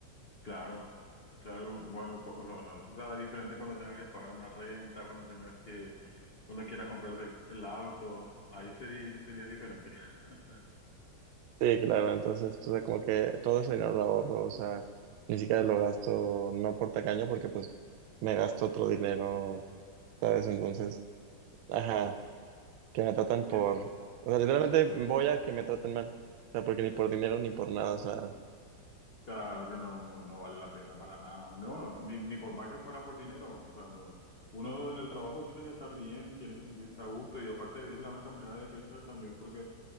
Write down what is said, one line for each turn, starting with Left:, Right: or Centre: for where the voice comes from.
Left: Claro, claro, bueno, co- o sea, bueno, eso será diferente cuando tengas que pagar una renta, cuando tengas que, cuando quieras comprarte el, el auto, ahí sería, sería diferente. <laughs>
Right: Sí, claro, entonces, o sea, como que todo ese dinero lo ahorro, o sea, ni siquiera lo gasto, no por tacaño, porque pues me gasto otro dinero, ¿sabes? Entonces, ajá, que me tratan
Left: Y
Right: por, o sea, literalmente voy a que me traten mal, o sea, porque ni por dinero ni por nada, o sea,
Left: Claro que no, no, no vale la pena para nada. No, ni, ni por más que fuera por dinero. O sea, no. Uno en el trabajo tiene que estar bien, tiene que sentirse a gusto y aparte es la única manera de crecer también porque,